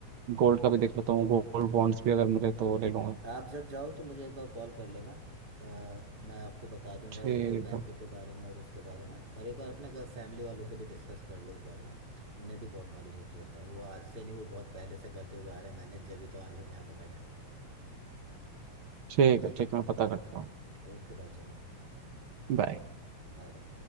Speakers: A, on the right; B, on the right.
A: गोल्ड का भी देख लेता हूँ गोल्ड
B: हाँ
A: बॉन्ड्स भी अगर मिले तो ले लूंगा
B: आप जब जाओ तो मुझे एक बार कॉल कर लेना अ, मैं आपको बता दूंगा
A: ठीक
B: एक दो बैंकों
A: है
B: के बारे में और उसके बारे में और एक बार अपने घर फैमिली वालों से भी डिस्कस कर लो इस बारे में उन्हें भी बहुत नॉलेज होती है इस बारे में। वो आज से नहीं वो बहुत पहले से करते हुए आ रहे हैं मैनेज जब भी तो आज हम यहाँ पे खड़े हैं
A: ठीक
B: ठीक
A: है ठीक
B: है
A: है मैं पता करता हूँ
B: ओके भाई चलो
A: बाय
B: बाय बाय